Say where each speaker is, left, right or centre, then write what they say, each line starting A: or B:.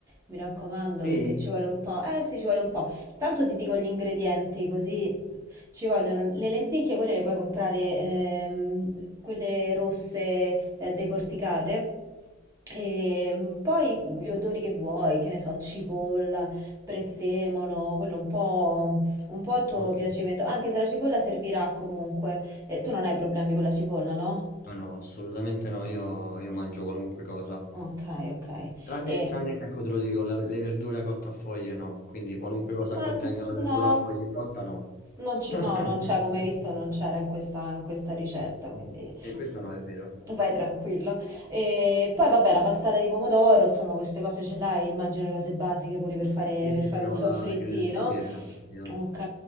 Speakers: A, on the right (about 15°); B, on the left (about 45°).
A: Mi raccomando,
B: Sì?
A: perché ci vuole un po'. Eh sì, ci vuole un po'. Intanto ti dico gli ingredienti, così ci vogliono le lenticchie, quelle le puoi comprare, ehm, quelle rosse, eh, decorticate. E mm, poi gli odori che vuoi, che ne so, cipolla, prezzemolo, quello un po', un po' a tuo
B: Ok.
A: piacimento, anche se la cipolla servirà comunque. Eh, tu non hai problemi con la cipolla, no?
B: No, no, assolutamente no, io, io mangio qualunque cosa.
A: Ok, ok.
B: Tranne,
A: E...
B: tranne, ecco te lo dico, la- le verdure cotte a foglie no, quindi qualunque cosa
A: Ma
B: contenga
A: n-
B: la verdura
A: no,
B: a foglie cotta no.
A: non ci-
B: <laughs>
A: no, non c'è, come hai visto, non c'era in questa, in questa ricetta, quindi
B: E questo no, è vero.
A: vai tranquillo. E poi vabbè, la passata di pomodoro, insomma, queste cose ce l'hai, immagino le cose basiche pure per fare,
B: Sì, sì,
A: per fare
B: sì, ho
A: un soffrittino.
B: la credenza piena, sì, sì, ho-
A: Ok,